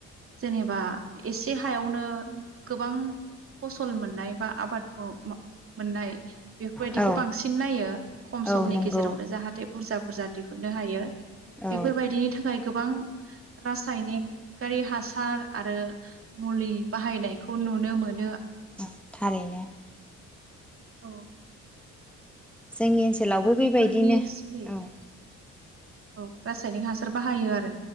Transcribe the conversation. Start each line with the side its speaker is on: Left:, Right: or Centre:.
Right: जेनेबा एसे हायावनो गोबां फसल मोननाय बा आबाद <unintelligible> मोननाय बेफोरबायदिखौ
Centre: औ
Right: बांसिन नायो । खम
Centre: औ
Right: समनि
Centre: नंगौ
Right: गेजेरावनो जाहाथे बुरजा बुरजा दिहुननो हायो ।
Centre: औ
Right: बेफोरबायदिनि थाखाय गोबां रासायनिकारि हासार आरो मुलि बाहायनायखौ नुनो मोन
Centre: औ थारैनो ।
Right: औ ।
Centre: जोंनि ओनसोलावबो
Right: बेफोरनि
Centre: बेबायदिनो
Right: जोहै
Centre: औ ।
Right: औ रासायनिक हासार बाहायो आरो